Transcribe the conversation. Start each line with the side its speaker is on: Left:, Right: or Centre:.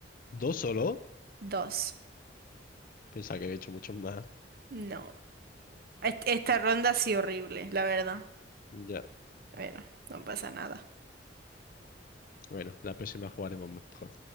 Left: dos solo.
Right: Dos.
Left: Pensaba que había hecho muchos más.
Right: No. Est- esta ronda ha sido horrible, la verdad.
Left: Ya,
Right: Bueno, no pasa nada.
Left: bueno, la próxima jugaremos mejor.